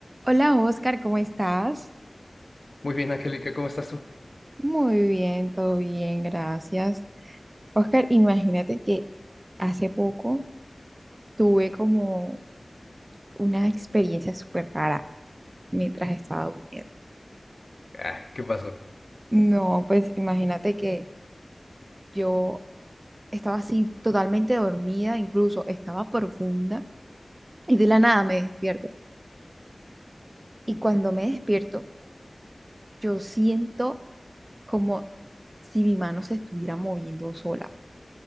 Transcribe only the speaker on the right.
Hola Oscar, ¿cómo estás?
Muy bien, todo bien, gracias. Oscar, imagínate que hace poco tuve como una experiencia súper rara mientras estaba durmiendo.
No, pues imagínate que yo estaba así totalmente dormida, incluso estaba profunda y de la nada me despierto. Y cuando me despierto, yo siento como si mi mano se estuviera moviendo sola.